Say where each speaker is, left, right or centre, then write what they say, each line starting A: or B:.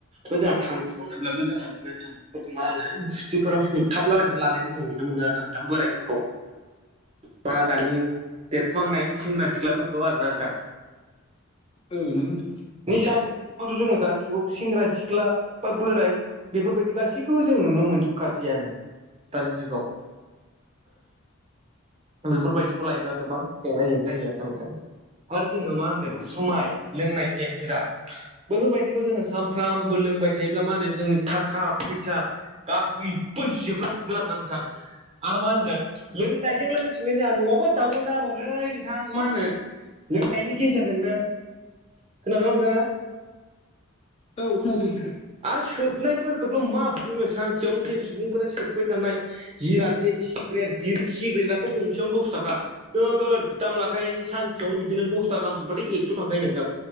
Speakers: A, on the right; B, on the left.
A: बे जोंहा थांखु होनोब्लाथ' जोंहा बिदिनो थांखुफोरखौ मा होनो गुस्थिफोराव सोथाबलाबायनानै लानायखौ ज जों नुनो मोनो आरोना नोंथां बोरायफोरखौ बा दानि देरफुहांनाय सेंग्रा सिख्लाफोरखौ आरोना नोंथां
B: औ नंगौ नोंथां
A: निसा जथ' जोङो दानि जुगाव सेंग्रा सिख्ला बा बोराय बेफोरबायदि गासैखौबो जों नुनो मोनजोबखासैयानो दानि जुगाव बेफोरबायदिखौ लायोब्ला गोबां जेंना जेंसि जायो आरोना नोंथां आरो जोङो मा होनदों
B: औ
A: जुमाय लोंनाय जे जिराद बैफोरबायदिखौ जोङो सानफ्रामबो लोंबाय थायोब्ला मा होनो जोंनि थाखा फैसा गासैबो जोबलांजोबगोन आरोना नोंथां आरो मा होनदों लोंनायजों लोगो ओ सिबाय जोंहा न'आवबो दावराव जाबावलै नोंथां मा होनो लोंनायनि गेजेरजोंनो खोनादोंना नोंथाङा
B: औ खोनादों नोंथां
A: आरो सोबनायफोरखौथ' मा बुंनो सानसेयावनो जे सुबुंफोरा सोबबाय थानाय जिराद जे सिग्रेट बिरि सिग्रेटाथ' गंसेयावनो दस थाखा नोगोर दाम लाखायो सानसेयावनो बिदिनो दसथा गाहाम सोबबाथाय एकस' थांखायो नोंथां